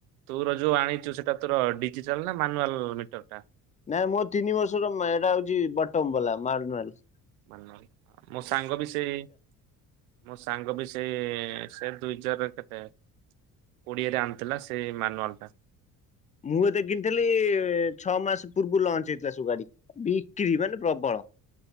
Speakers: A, on the right; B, on the left.
A: ତୋର ଯୋଉ ଆଣିଛୁ ସେଟା ତୋର ଡିଜିଟାଲ ନା ମାନୁଆଲ ମିଟର ଟା?
B: ନାଇଁ ମୋ ତିନି ବର୍ଷର ଏଟା ହଉଛି ବଟମ ବାଲା ମାନୂଆଲ
A: ମାନ ମୋ ସାଙ୍ଗ ବି ସେଇ ମୋ ସାଙ୍ଗ ବି ସେଇ ସେ ଦୁଇଚାରର କେତେ ଓଡ଼ିଆରେ ଆଣିଥିଲା ସେ ମାନୁଆଲ ଟା।
B: ମୁଁ ଜେତେ କିଣିଥିଲି, ଛଅ ମାସ ପୁର୍ବରୁ ଲଞ୍ଚ ହେଇଥିଲା ସବୁ ଗାଡ଼ି। ବିକ୍ରି ମାନେ ପ୍ରବଳ